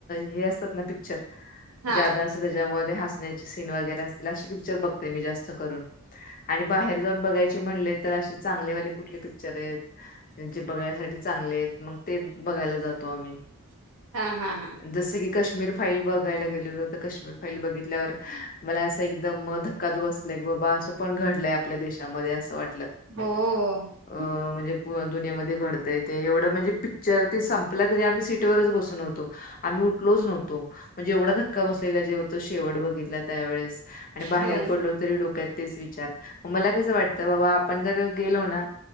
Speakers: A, on the left; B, on the right.
A: हे असतात ना पिक्चर
B: हा
A: ज्यादा असं त्यांच्यामध्ये हसण्याचे सीन वगैरे असतील अशे पिक्चर बघतोय मी जास्त करून आणि बाहेर जाऊन बघायचे म्हणले तर अशी चांगले वाले कुठले पिक्चर आहेत म्हणजे बघायसाठी चांगले आहेत मग ते बघायला जातो आम्ही.
B: हा हा हा
A: जसं की काश्मीर फाईल बघायला गेलेलो तर काश्मीर फाईल बघितल्यावर मला असं एकदम धक्काच बसलंय की बाबा असं पण घडलंय आपल्या देशामध्ये असं वाटलं
B: हो
A: अ म्हणजे दुनियामध्येध्ये घडतय ते एवढं म्हणजे पिक्चर ते संपला तरी आम्ही सीटवरच बसून होतो आम्ही उठलोच नव्हतो म्हणजे एवढा धक्का बसलेला जे होतं शेवट बघितला त्यावेळेस आणि बाहेर
B: हो
A: पडलो तरी डोक्यात तेच विचार मला कसं वाटतं बाबा आपण जर गेलो ना